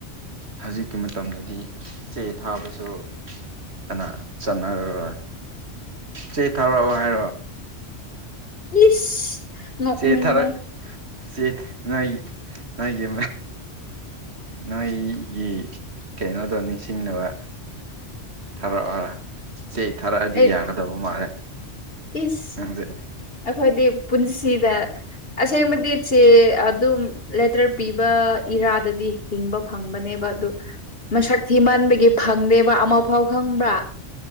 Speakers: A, on the right; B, on the left.
A: ꯍꯧꯖꯤꯛꯀꯤ ꯃꯇꯝꯗꯗꯤ ꯆꯦ ꯊꯥꯕꯁꯨ ꯀꯅꯥ ꯆꯠ ꯅꯔꯔꯣꯏ ꯆꯦ ꯊꯥꯎꯔꯛꯑꯣ ꯍꯥꯏꯔꯣ꯫
B: ꯏꯁ꯫ ꯅꯣꯛꯅꯤꯡꯉꯦ
A: ꯆꯦ ꯊꯔꯛ ꯆꯦ ꯅꯣꯏꯒꯤ꯫ ꯅꯣꯏꯒꯤ ꯅꯣꯏꯒꯤ꯫ ꯀꯩꯅꯣꯗꯣ ꯅꯤꯡꯁꯤꯡꯅꯕ ꯊꯥꯔꯛꯑꯣꯔ꯫ ꯆꯦ ꯊꯥꯔꯛꯑꯗꯤ
B: ꯑꯩ
A: ꯌꯥꯒꯗꯕ ꯃꯥꯜꯂꯦ꯫
B: ꯏꯁ
A: ꯅꯪꯁꯦ
B: ꯑꯩꯈꯣꯏꯗꯤ ꯄꯨꯟꯁꯤꯗ ꯑꯁꯦꯡꯕꯗꯤ ꯆꯦ ꯑꯗꯨꯝ ꯂꯦꯇꯔ ꯄꯤꯕ ꯏꯔꯥꯗꯗꯤ ꯍꯤꯡꯕ ꯐꯪꯕꯅꯦꯕ꯫ ꯑꯗꯨ ꯃꯁꯛ ꯊꯤ ꯃꯟꯕꯒꯤ ꯐꯪꯗꯦꯕ ꯑꯃꯐꯥꯎ ꯈꯪꯕ꯭ꯔꯥ꯫